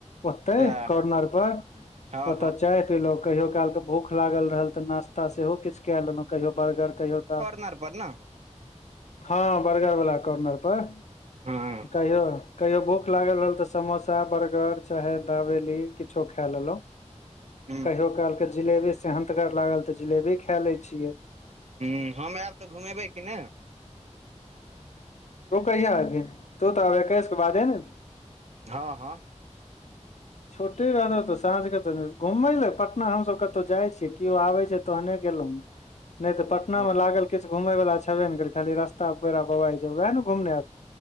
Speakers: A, on the left (about 70°); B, on the right (about 60°).
A: ओतेय
B: सएह
A: कॉर्नर पर
B: हँ
A: ओताय
B: हँ
A: चाय पीलो कहियो काल के भूख लागल रहल ते नाश्ता सेहो किछ कय लेलो कहियो बर्गर कहियो तऽ
B: <unintelligible> ार पर ने
A: हँ बर्गर वला कॉर्नर पर
B: हँ
A: कहियो कहियो भूख लागल रहल तऽ समोसा बर्गर चाहे दावेली। किछो खाय लेलहुँ
B: हूँ
A: कहियो कहलके जिलेबी सेहन्तगर लागल तऽ जिलेबी खाय ले छियै
B: हूँ हम आयब तऽ घुमेबै कि नहि
A: तू कहिया आगे तो तऽ अबश के बादे ने
B: हँ
A: छुट्टी रहतौ तऽ साँझके तऽ घुमै लए पटना हमसब कतहुँ जाइ छियै केओ आबै छै तहने गेलहुँ नहि तऽ पटना
B: हँ
A: मे लागल किछु घुमै वला छेबे ने करै खाली <unintelligible> रास्ता <unintelligible> तर आबाइ जगहै ने घुमने